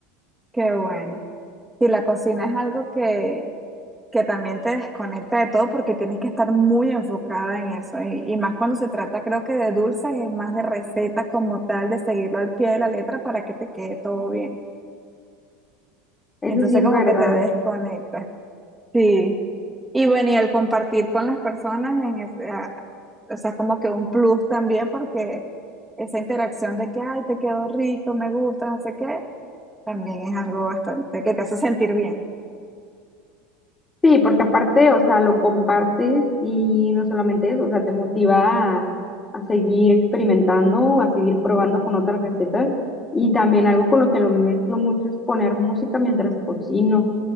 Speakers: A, in the centre; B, on the left.
A: Qué bueno. Si la cocina es algo que, que también te desconecta de todo porque tienes que estar muy enfocada en eso. Y, y más cuando se trata, creo que de dulces, es más de recetas como tal, de seguirlo al pie de la letra para que te quede todo bien.
B: Eso
A: Entonces
B: sí es
A: como
B: verdad.
A: que te desconectas. Sí. Y bueno, y el compartir con las personas en ese- a- o sea, como que un plus también porque esa interacción de que, ay, te quedó rico, me gusta, no sé qué, también es algo bastante que te hace sentir bien.
B: Sí, porque aparte, o sea, lo compartes y no solamente eso, o sea, te motiva a, a seguir experimentando, a seguir probando con otras recetas y también algo con lo que lo mezclo mucho es poner música mientras cocino.